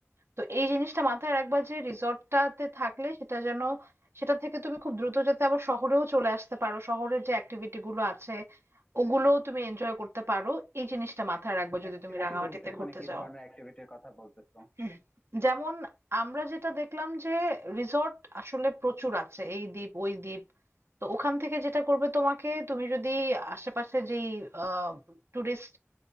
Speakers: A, on the right; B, on the left.
A: তো এই জিনিসটা মাথায় রাখবা যে রিসর্টটাতে থাকলে সেটা যেন সেটা থেকে তুমি খুব দ্রুত যাতে আবার শহরেও চলে আসতে পারো শহরের যে অ্যাক্টিভিটি গুলো আছে ওগুলোও তুমি এনজয় করতে পারো এই জিনিসটা মাথায় রাখবে
B: অ্যাক্টিভিটি
A: যদি তুমি রাঙামাটিতে
B: বলতে
A: ঘুরতে
B: মানে কি
A: যাও
B: ধরনের অ্যাক্টিভিটির কথা বলতেছো
A: হুম, যেমন আমরা যেটা দেখলাম যে রিসর্ট আসলে প্রচুর আছে এই দ্বীপ ওই দ্বীপ তো ওখান থেকে যেটা করবে তোমাকে তুমি যদি আশেপাশে যেই টুরিস্ট